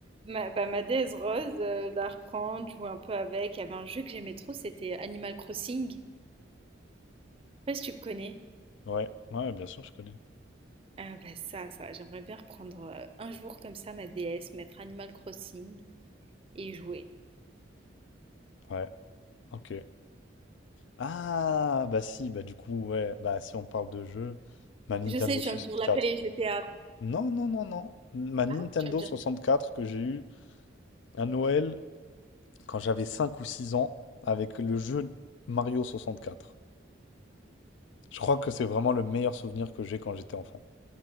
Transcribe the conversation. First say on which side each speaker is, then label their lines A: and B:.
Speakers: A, on the right; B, on the left.
A: Ma, bah, ma déesse rose, euh, la reprendre, jouer un peu avec. Il y avait un jeu que j'aimais trop, c'était Animal Crossing. Je sais pas si tu connais.
B: Ouais, ouais, bien sûr, je connais.
A: Ah bah ça, ça, j'aimerais bien reprendre euh, un jour comme ça ma DS, mettre Animal Crossing et y jouer.
B: Ouais, ok. Ah, bah si, bah du coup, ouais, bah si on parle de jeu, ma Nintendo
A: Je sais, tu
B: 64.
A: vas me dire la Play et GTA.
B: Non, non, non, non. Ma Nintendo
A: Ah, tu vas me dire.
B: 64 que j'ai eu à Noël quand j'avais 5 ou 6 ans avec le jeu Mario 64. Je crois que c'est vraiment le meilleur souvenir que j'ai quand j'étais enfant.